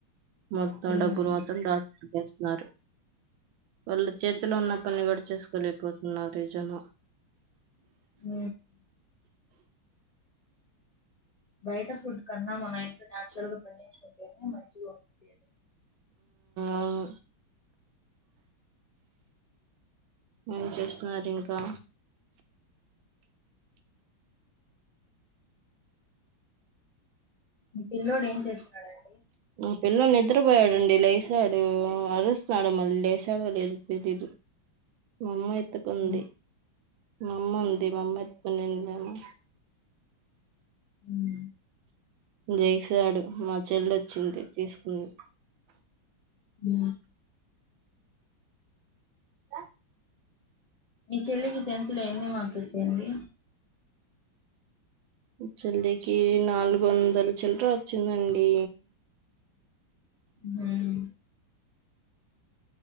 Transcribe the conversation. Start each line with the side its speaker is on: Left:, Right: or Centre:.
Right: మొత్తం
Left: ఉమ్
Right: డబ్బులు మొత్తం <inaudible> నారు వాళ్ళు చేతిలో ఉన్న పని కూడా చేసుకోలేకపో న్నారీ జన
Left: మ్ బయట ఫుడ్ కన్నా మనం ఇంట్లో నేచరల్ గా పండించుకుంటేనే మంచిగా ఉంటుంది
Right: అవును ఏం చేస్తున్నారింకా
Left: మీ పిల్ల్లోడు ఏం చేస్తున్నాడం
Right: మా పిల్లలు నిద్రపోయాడండి లేసాడు అరుస్తున్నాడు మళ్ళీ లేసాడో లేదో తెలీదు మామ్మ ఎత్తుకుంది
Left: ఉమ్
Right: మామ్మ ఉంది మామ్మ ఎతుకనీందేమొ
Left: మ్
Right: జైసాడు మా చెల్ల వచ్చింది తీసుకుంది
Left: మ్
Right: ఆ
Left: మీ చెల్లికి టెన్త్ లో ఎన్ని మార్క్స్ వచ్చాయండి
Right: చెల్లికి నాలుగు వందల చిల్లర వచ్చిందండి
Left: హుమ్